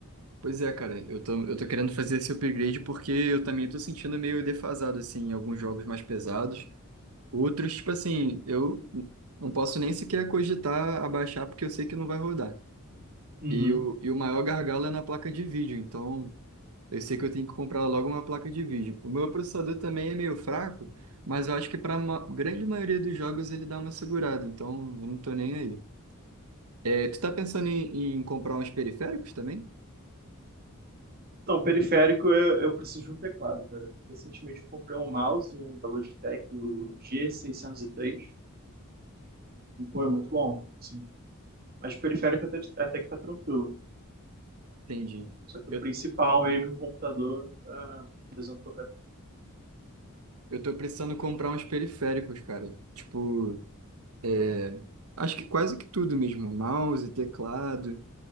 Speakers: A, on the right (about 80°); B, on the right (about 45°).
A: Pois é, cara, eu tô, eu tô querendo fazer esse upgrade porque eu também tô sentindo meio defasado, assim, em alguns jogos mais pesados. Outros, tipo assim, eu não posso nem sequer cogitar abaixar porque eu sei que não vai rodar.
B: Uhum.
A: E o, e o maior gargalo é na placa de vídeo, então eu sei que eu tenho que comprar logo uma placa de vídeo. O meu processador também é meio fraco, mas eu acho que para a grande maioria dos jogos ele dá uma segurada, então eu não tô nem aí. É, tu tá pensando em, em comprar uns periféricos também?
B: Então, periférico, eu, eu preciso de um teclado, cara. Recentemente eu comprei um mouse, um da Logitech, o G603, e três, e pô, é muito bom, assim. Mas periférico até, até que tá tranquilo.
A: Entendi.
B: Só que
A: Eu,
B: o principal eixo do computador é desentrocado.
A: eu tô precisando comprar uns periféricos, cara. Tipo, é, acho que quase que tudo mesmo, mouse, teclado.